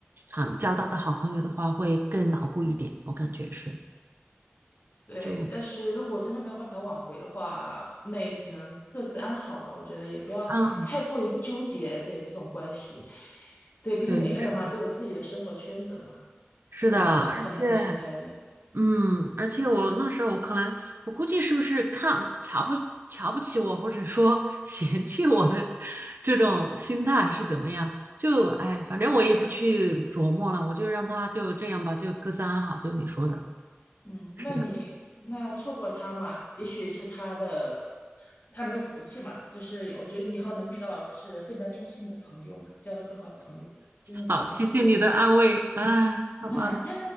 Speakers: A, on the right (about 60°); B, on the left (about 50°).
A: 啊交到的好朋友的话，会更牢固一点，我感觉是
B: 对，
A: 就。
B: 但是如果真的没有办法挽回的话，那也只能各自安好吧。我觉得也不要太过于纠结对这种关系，
A: 嗯，
B: 对，毕竟每个人嘛都有自己的生活圈子嘛，
A: 对，是的，是的，
B: 对吧？
A: 而且。
B: 就是可能还是想开一点。
A: 嗯，而且我那时候我可能，我估计是不是看瞧不瞧不起我，或者说 <laughs> 嫌弃我的这种心态还是怎么样？就哎，反正我也不去琢磨了，我就让他就这样吧，就各自安好。就你说的，
B: 嗯，
A: 是的，
B: 那你那错过他嘛，也许是他的他没有福气嘛，就是我觉得你以后能遇到就是更加珍惜你的朋友嘛，交到更好的朋友，真正珍惜你的朋友。
A: 好，谢谢你的安慰，哎，好吧，
B: <laughs>